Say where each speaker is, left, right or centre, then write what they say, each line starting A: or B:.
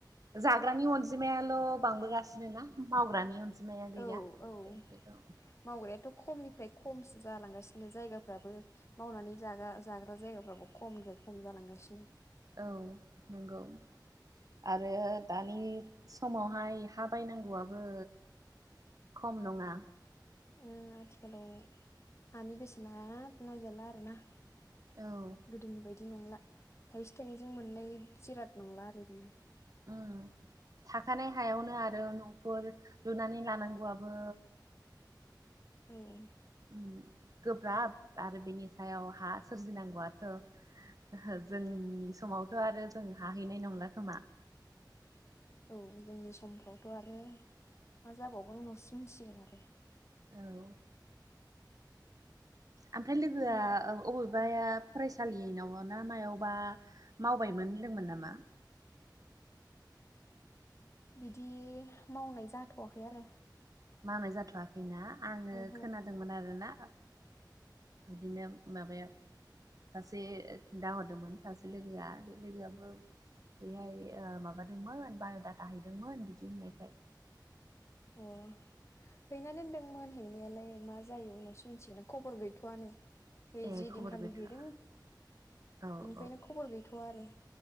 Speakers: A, on the right; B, on the left.
A: जाग्रानि अनजिमायाल बांबोगासिनो ना मावग्रानि अनजिम माया गैया
B: औ
A: बेफोरखौ
B: औ मावग्रायाथ' खमनिफ्राय खमसो जालांगासिनो जायगाफ्राबो मावनानै जाग्रा जाग्रा जायगाफ्राबो खमनिफ्राय खम जालांगासिनो।
A: औ नंगौ। आरो दानि समावहाय हा बायनांगौआबो खम नङा।
B: ओ आथिखालाव हानि बेसेना नायजाला आरोना।
A: औ
B: गोदोनि बायदि नंला थाइसे थाइनैजों मोननाय जिराद नंला आरो बेयो।
A: उम थाखानाय हायावनो आरो न'फोर लुनानै लानांगौआबो
B: औ औ
A: उम गोब्राब आरो बेनि सायाव हा सोरजिनांगौआथ' ओहो जोंनि समावथ' आरो जों हाहैनाय नंला खोमा।
B: औ जोंनि समफ्रावथ' आरो मा जाबावगोन उनावसो मोननसिगोन आरो।
A: औ ओमफ्राय लोगोआ
B: आरो
A: औ अबेबाया फरायसालिनाव ना मायावबा मावबायमोन होन्दोंमोन नामा?
B: बिदि मावनाय जाथवाखै आरो।
A: मावनाय जाथवाखैना आङो
B: ओहो
A: खोनादोंमोन आरोना बिदिनो माबाया सासे खोथाहरदोंमोन सासे लोगोआ बे लोगोआबो बेहाय ओ माबादोंमोन बायडाटा हैदोंमोन बिदि होननायखाय
B: अ हैना दोन्दोंमोन हैनायालाय मा जायो उनावसो मिथिगोनोन खबर गैथवानो। है
A: ए
B: जि
A: खबर
B: दिनखालि
A: गोथार
B: हैदों बेनिफ्रायनो
A: औ औ
B: खबर गैथवा आरो।